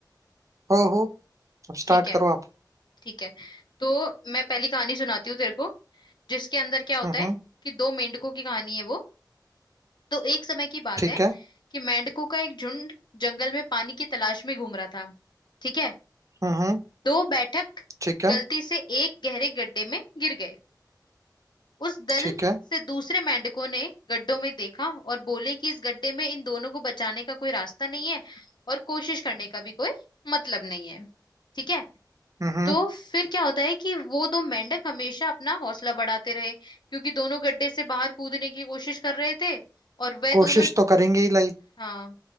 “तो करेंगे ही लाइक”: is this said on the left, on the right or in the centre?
Right